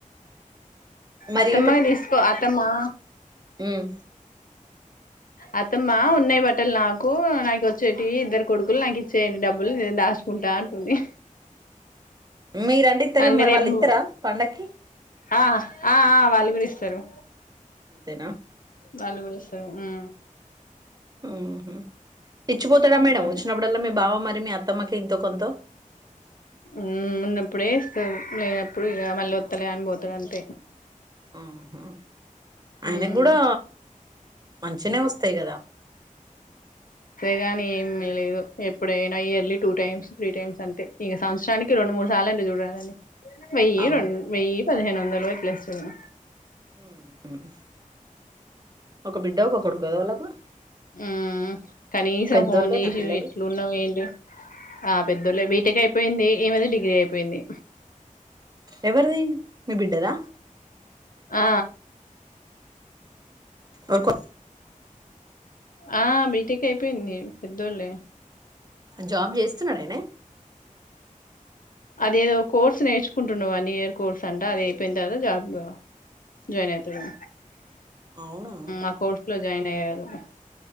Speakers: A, on the right; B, on the left.
A: మరి
B: అత్తమ్మ వి దీస్కో అత్తమ్మా
A: ఉం
B: అత్తమ్మా ఉన్నాయి బట్టలు నాకు నాకు వచ్చేటివి ఇద్దరు కొడుకులు నాకు ఇచ్చేయండి డబ్బులు దాస్కుంటా అంటుంది
A: మీరండి ఇత్తరెమొ
B: అంటే
A: మరి
B: రేపు
A: వాళ్ళు ఇత్తరా పండక్కి
B: ఆ ఆ ఆ వాళ్ళు గూడ ఇస్తరు
A: అంతేనా
B: వాళ్లు కూడా ఇస్తరు ఉం
A: ఉం ఇచ్చిపోతాడా మేడం
B: అట్లా
A: వచ్చినప్పుడల్లా మీ బావ మరి మీ అత్త తమకి ఎంతో కొంతో
B: ఉం ఉన్నప్పుడే ఇస్తరు లేనప్పుడు ఇగ మళ్ళ ఒత్తలే అని పోతడు అంతే
A: ఉం ఆయిన
B: మ్మ్
A: గూడా మంచినే ఒస్తాయి గదా
B: అలాగని ఏమీ లేదు ఎప్పుడైనా yearly two times three times అంతే ఇఅ సంవత్సరానికి రెండు మూడు సార్లు అన్న చూడు రాదండి వెయ్యి
A: అవును
B: రొన్ వెయ్యి పదిహేను వందలు జొన్నరొట్లేస్తున్న
A: ఉమ్ ఒక బిడ్డ ఒక కొడుకు పేదవాళ్లకు
B: ఉం కనీసం
A: పెద్దోళ్ళేనా
B: ఫోన్ చేశి
A: పిల్లలు
B: ఎట్లున్నావ్ ఏంటి ఆ పెద్దోళ్ళ బీ బీటెక్ అయిపోయింది ఈమెది డిగ్రీ అయిపోయింది
A: ఎవరిది మీ బిడ్డెదా
B: ఆ
A: ఒ కో
B: ఆ బీటెక్ అయిపోయింది పెద్దోళ్లే
A: జాబ్ చేస్తున్నరయినే
B: అదేదో కోర్స్ నేర్చుకుంటుండు వన్ ఇయర్ కోర్స్ అంట అది అయిపోయిన తర్వాత జాబ్ జయిన్ అవుతాడు
A: అవునా
B: ఆ కోర్స్ లో జాయిన్ ఏదొ <inaudible>